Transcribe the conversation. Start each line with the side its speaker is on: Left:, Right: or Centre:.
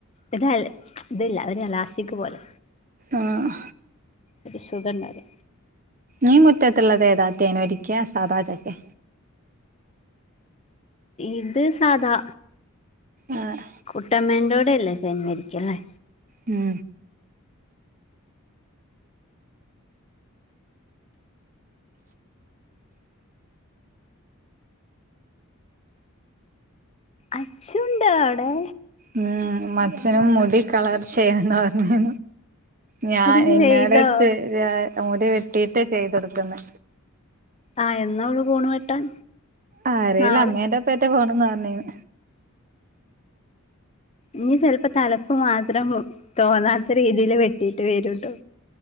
Left: ഇത ഇല്ല അതിന ലാസിക്ക് പോലെ
Right: ആഹ്
Left: ഒരു സുഖല്ലത്
Right: ഈ മുറ്റത്ത്ള്ളത് ഏതാ തേൻ വരിക്കെ സാദാ ചക്കെ?
Left: ഇത് സാധാ
Right: ആഹ്
Left: കൂട്ടമ്മന്റോടല്ലേ തേൻ വരിക്കല്ലേ
Right: ഉം
Left: അച്ചുണ്ടാ അവിടെ?
Right: ഉം അച്ചഛനും മുടി കളർ ചെയ്യണം പറഞ്ഞു ഞാൻ
Left: എടി
Right: എന്നോട്ച്ച്
Left: ചെയ്തോ
Right: മുടി വെട്ടിട്ട് ചെയ്ത് കൊടുക്കുന്ന്
Left: ആഹ് എന്നാ ഓള് പോണ് വെട്ടാൻ
Right: ആറിയില്ല
Left: നാളെ
Right: അമ്മേന്റെപ്പേറ്റ പോണന്ന് പറഞ്ഞീനു
Left: ഇനി സെലപ്പോ തലപ്പ് മാത്രം തോന്നാത്ത രീതിയിൽ വെട്ടിട്ട് വരുട്ടോ